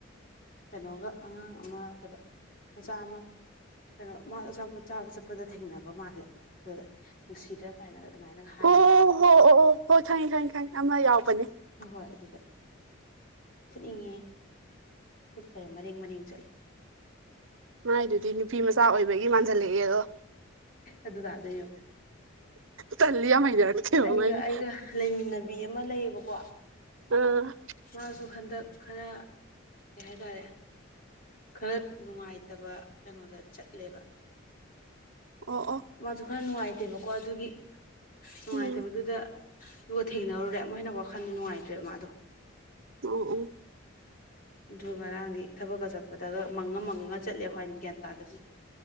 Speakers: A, on the left; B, on the right.
A: ꯀꯩꯅꯣꯒ ꯑꯉꯥꯡ ꯑꯃ ꯀꯩꯕ ꯃꯆꯥ ꯑꯃ ꯀꯩꯅꯣ ꯃꯥꯗꯣ ꯑꯆꯥꯄꯣꯠ ꯆꯥꯕ ꯆꯠꯄꯗ ꯊꯦꯡꯅꯕ ꯃꯥꯜꯂꯦ ꯑꯗꯨꯗ ꯅꯨꯡꯁꯤꯗ꯭ꯔꯥ ꯀꯥꯏꯅꯒ ꯑꯗꯨꯃꯥꯏꯅꯒ ꯍꯥꯏꯕꯗ
B: ꯑꯣ ꯑꯣ ꯍꯣ ꯑꯣ ꯑꯣ ꯍꯣꯏ ꯈꯪꯉꯦ ꯈꯪꯉꯦ ꯈꯪꯉꯦ ꯑꯃ ꯌꯥꯎꯕꯅꯦ
A: ꯍꯣꯏ ꯍꯣꯏ ꯑꯗꯨꯗ ꯐꯨꯠꯅꯤꯡꯉꯦ ꯈꯨꯠꯀꯖꯦ ꯃꯔꯦꯡ ꯃꯔꯦꯡ ꯆꯠꯂꯦ
B: ꯃꯥꯏꯗꯨꯗꯤ ꯅꯨꯄꯤ ꯃꯆꯥ ꯑꯣꯏꯕꯒꯤ ꯃꯥꯟꯖꯜꯂꯛꯑꯦꯗꯣ
A: ꯑꯗꯨ ꯇꯥꯗꯣꯏꯅꯦ ꯌꯦꯡꯉꯣ
B: ꯇꯜꯂꯤ ꯌꯥꯝ ꯍꯩꯅꯔꯛꯇꯦꯕ
A: ꯑꯩꯒ
B: ꯃꯥꯏꯅ
A: ꯑꯩꯒ ꯂꯩꯃꯤꯟꯅꯕꯤ ꯑꯃ ꯂꯩꯌꯦꯕꯀꯣ
B: ꯎꯝ
A: ꯃꯥꯁꯨ ꯍꯟꯗꯛ ꯈꯔ ꯀꯩ ꯍꯥꯏꯇꯥꯔꯦ ꯈꯔ ꯅꯨꯡꯉꯥꯏꯇꯕ ꯀꯩꯅꯣꯗ ꯆꯠꯂꯦꯕ
B: ꯑꯣ ꯑꯣ
A: ꯃꯥꯁꯨ ꯈꯔ ꯅꯨꯡꯉꯥꯏꯇꯦꯕꯀꯣ ꯑꯗꯨꯒꯤ ꯅꯨꯡꯉꯥꯏꯇꯕꯗꯨꯗ
B: ꯎꯝ
A: ꯑꯗꯨꯒꯒ ꯊꯦꯡꯅꯔꯨꯔꯦ ꯑꯃꯨꯛ ꯍꯦꯟꯅ ꯋꯥꯈꯟꯗ ꯅꯨꯡꯉꯥꯏꯇ꯭ꯔꯦꯕ ꯃꯥꯗꯣ
B: ꯎꯝ ꯎꯝ
A: ꯑꯗꯨ ꯉꯔꯥꯡꯗꯤ ꯊꯕꯛꯀ ꯆꯠꯄꯗꯒ ꯃꯪꯉ ꯃꯪꯉꯒ ꯆꯠꯂꯦ ꯑꯩ꯭ꯣꯏꯏꯅ ꯒ꯭ꯌꯥꯟ ꯇꯥꯗꯕꯅꯤ